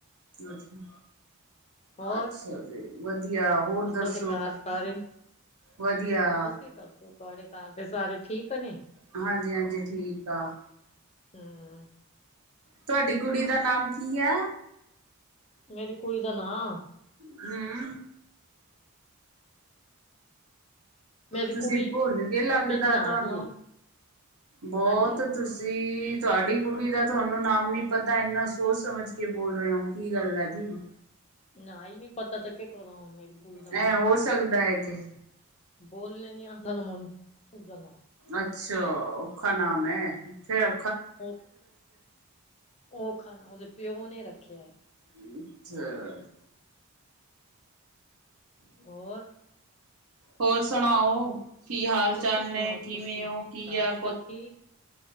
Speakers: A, on the right; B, on the left.
A: ਅੱਛਾ।
B: ਹੋਰ
A: ਅੱਛਾ ਜੀ ਵਧੀਆ ਹੋਰ
B: ਤੁਸਾਂ
A: ਦੱਸੋ।
B: ਦੇ ਘਰ ਸਾਰੇ
A: ਵਧੀਆ,
B: ਤੁਸੀਂ ਦੱਸੋ ਤੁਹਾਡੇ ਘਰ ਦੇ ਸਾਰੇ ਠੀਕ ਨੇ।
A: ਹਾਂਜੀ ਹਾਂਜੀ ਠੀਕ ਆ।
B: ਹਮ।
A: ਤੁਹਾਡੀ ਕੁੜੀ ਦਾ ਨਾਮ ਕੀ ਆ?
B: ਮੇਰੀ ਕੁੜੀ ਦਾ ਨਾਂ।
A: ਹਮ।
B: ਮੇਰੀ
A: ਤੁਸੀਂ
B: ਕੁੜੀ
A: ਭੁੱਲ ਕੇ ਲੱਗਦਾ।
B: ਬਿਨ ਨਾਂ
A: ਤੁਹਾਨੂੰ
B: ਦੀ ਏ
A: ਬਹੁਤ
B: ਹਾਂਜੀ
A: ਤੁਸੀਂ ਤੁਹਾਡੀ ਕੁੜੀ ਦਾ ਤੁਹਾਨੂੰ ਨਾਮ ਨੀ ਪਤਾ ਇੰਨਾ ਸੋਚ ਸਮਝ ਕੇ ਬੋਲ ਰਹੇ ਹੋ ਕੀ ਗੱਲ ਹੈ ਜੀ। ਹਮ।
B: ਨਾ ਹੀ ਨੀ ਪਤਾ ਤਾਂ ਕਿ ਕਦੋਂ ਹੁਣ ਮੇਰੀ ਕੁੜੀ ਦਾ ਮੁੰਡਾ
A: ਐਂ ਹੋ ਸਕਦਾ ਹੈ ਕਿ
B: ਬੋਲਣੇ ਨੀ ਆਉਂਦਾ ਮਨੂੰ ਜਾਂਦਾ।
A: ਅੱਛਾ ਔਖਾ ਨਾਮ ਹੈ ਫਿਰ
B: ਉਹ ਉਹ ਖਾਣਾ ਉਹਦੇ ਪਿਓ ਨੇ ਰੱਖਿਆ।
A: ਅੱਛਾ।
B: ਹੋਰ।
A: ਹੋਰ ਸੁਣਾਓ। ਕੀ ਹਾਲ ਚਾਲ
B: ਤੁਸੀਂ ਸੁਣਾਓ
A: ਨੇ, ਕਿਵੇਂ
B: ਤੁਸੀਂ
A: ਉਹ ਕੀ
B: ਸਾਡੇ
A: ਆ
B: ਤਾਂ ਠੀਕ